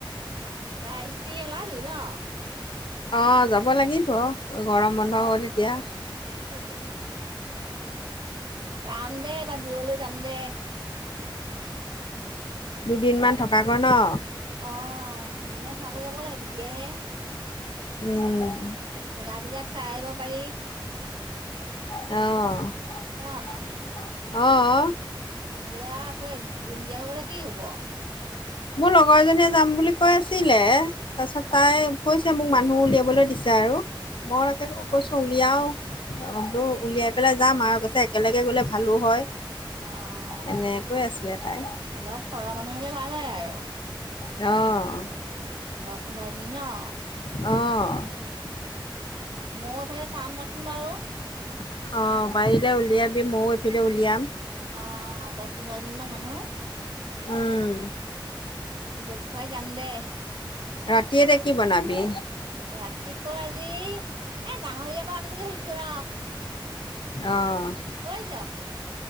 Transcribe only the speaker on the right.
ৰাইজ উলাবি ন'।
<unintelligible>
ৰাম দে এইবা দূৰলৈ যাম দে।
অ', দুদিনমান থোকাকৈ যাব লাগে তেতিয়াহে
জেগাবিলাক চাই আহিব পাৰি
ন
নহলে আৰু আকৌ <unintelligible> কি হব।
অ
অ', অ'
অলপ সৰা মানুহ হ'লে ভাল হয় আৰু
দশ পোন্ধৰ দিন ন'।
মই এইফালে চাম নচোন বাৰু।
অ', দশ পোন্ধৰ জনি মান মানুহ।
গোট খুৱাই যাম দে
ৰাতিকৈ আজি এ গাহৰি আকৌ আনিম বুলি ভাবিছো ৰ
কৈছ